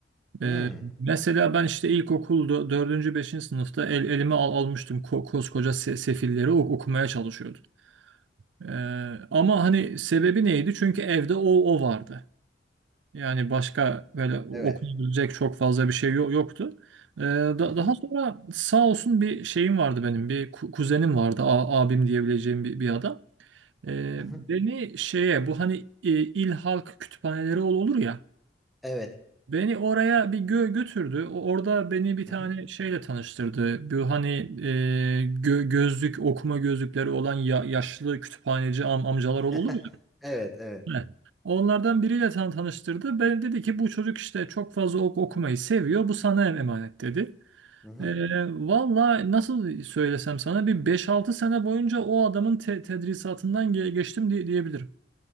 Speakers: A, on the right (about 80°); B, in the centre.
A: Ee,
B: Hmm,
A: mesela ben işte ilkokulda dördüncü beşinci sınıfta el, elime al, almıştım ko- koskoca se- sefilleri ok- okumaya çalışıyordum. Ee, ama hani sebebi neydi? Çünkü evde o, o vardı. Yani başka böyle okunabilecek
B: evet.
A: çok fazla bir şey yo- yoktu. Ee, da-
B: Hı hı.
A: daha sonra sağ olsun bir şeyim vardı benim. Bir ku- kuzenim vardı. a- abim diyebileceğim bir, bir adam. Ee,
B: Hı hı.
A: beni şeye bu hani e, il halk kütüphaneleri ol- olur ya.
B: Evet.
A: Beni oraya bir gö götürdü. O- Orada beni bir tane
B: Hı hı.
A: şeyle tanıştırdı. Bu hani e, gö- gözlük okuma gözlükleri olan ya- yaşlı kütüphaneci am amcalar
B: <laughs>
A: ol- olur ya.
B: Evet evet.
A: Evet. Onlardan biriyle tan tanıştırdı. Ben dedi ki bu çocuk işte çok fazla ok okumayı seviyor. Bu sana em- emanet dedi.
B: Hı hı.
A: Ee, valla nasıl söylesem sana bir beş altı sene boyunca o adamın te- tedrisatından ge- geçtim diye diyebilirim.